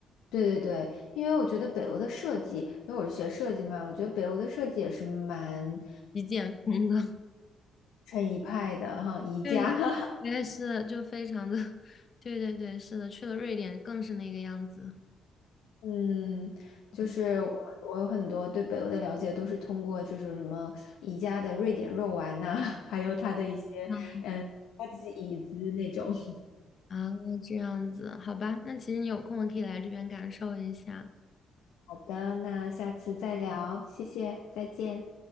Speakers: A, on the left; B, on the left.
A: 对对对，因为我觉得北欧的设计，因为我是学设计嘛，我觉得北欧的设计也是蛮
B: 极简风的。<laughs>
A: 成一派的哈，宜家。
B: 对对对，
A: <laughs>
B: 是的就非常的，<laughs> 对对对，是的，去了瑞典更是那个样子。
A: 嗯，就是我我有很多对北欧的了解都是通过这种什么宜家的瑞典肉丸呐、
B: 对
A: <laughs> 还有它的一些
B: 嗯
A: 高级椅子那种。<laughs>
B: 啊，这样子，好吧，那其实你有空可以来这边感受一下。
A: 好的，那下次再聊，谢谢，再见。